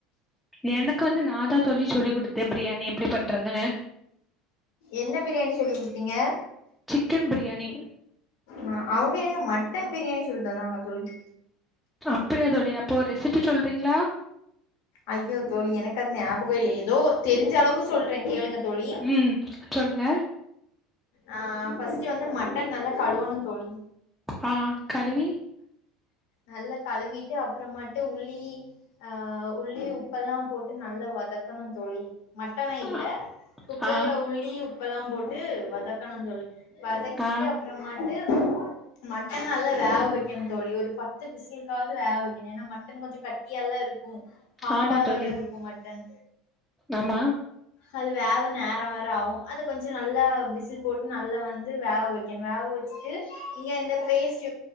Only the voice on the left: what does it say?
என்ன பிரியாணி சொல்லி குடுத்தீங்க
ஆ அவ்ங்க எனக் மட்டன் பிரியாணி சொல்லி தந்தாங்க தோழி
ஐய்யோ தோழி எனக்கு அது ஞாபகோயில்லே ஏதோ தெரிஞ்ச அளவுக்கு சொல்றே கேளுங்க தோழி
ஆ ஃபஸ்ட் வந்து மட்டன் நல்லா கழுவனு தோழி
நல்லா கழுவீட்டு அப்றமாட்டு உள்ளி ஆ உள்ளி உப்பெல்லா போட்டு நல்லா வதக்கணு தோழி மட்டன
இல்ல குக்கர்ல
உள்ளி உப்பெல்லா போட்டு வதக்கணு தோழி வதக்கீட்டு
அப்றமாட்டு மட்டன் நல்லா வேவ வைக்கணு தோழி ஒரு பத்து விசுலுக்காது வேக வக்கணு ஏன்னா மட்டன் கொஞ்சோ கட்டி யால்லா இருக்கு ஹார்டா
வேற இருக்கு மட்டன்
அது வேவ நேரோ வேர ஆகு அத கொஞ்சோ நல்ல விசில் போட்டு நல்ல வந்து வேவ வச்சு கென் வேவ வச்சுட்டு இங்க இந்த பேஸ்ட்